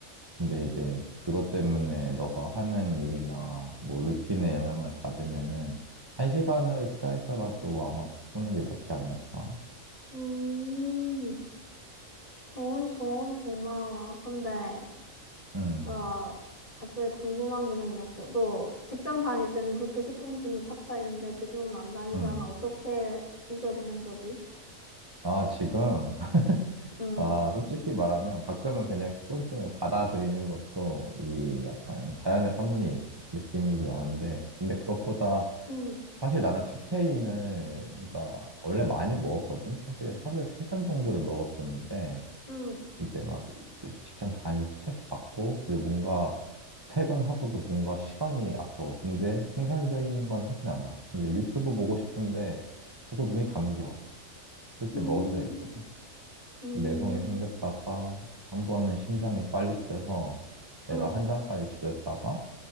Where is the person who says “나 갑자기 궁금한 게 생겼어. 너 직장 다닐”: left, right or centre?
Left